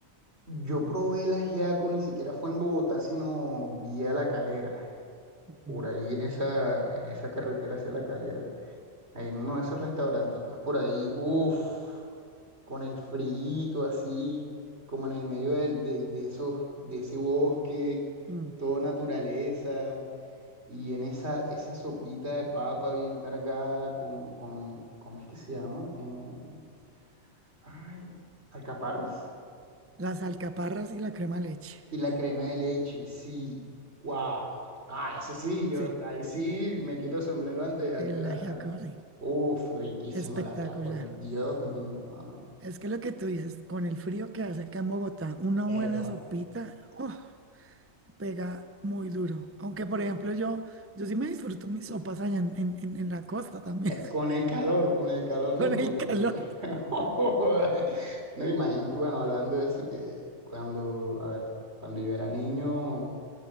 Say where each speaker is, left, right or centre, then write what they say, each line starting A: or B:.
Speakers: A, on the right; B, on the right.
A: yo probé el ajiaco, ni siquiera fue en Bogotá, sino vía La Calera,
B: Ujú.
A: por ahí en esa, en esa carretera hacia La Calera. Hay uno de esos restauranticos por ahí, uff, con el frito así, como en el medio del, del- de esos, de ese bosque,
B: Mm.
A: todo naturaleza, y en esa, esa sopita de papa bien cargada con, con, ¿cómo es que se llama? Eh, ay, alcaparras.
B: Las alcaparras y la crema de leche.
A: Y la crema de leche, sí, wow. Ah, eso sí, yo
B: Sí,
A: ahí sí
B: sí.
A: me quito el sombrero ante, ante
B: El
A: la...
B: ajiaco,
A: ante-
B: sí.
A: Uf, riquísimo
B: Espectacular.
A: las ajiaco, Dios mío. no, no, no.
B: Es que lo que tú dices, con el frío que hace acá en Bogotá, una buena
A: Epa.
B: sopita, ¡oh! pega muy duro. Aunque, por ejemplo, yo, yo sí me disfruto mis sopas allá en, en- en- en la costa también,
A: Eh, Con el calor, con el calor
B: <laughs> con
A: no importa.
B: el calor.
A: te la- <laughs> No, imagínate, bueno, hablando de eso, que cuando, a ver, cuando yo era niño,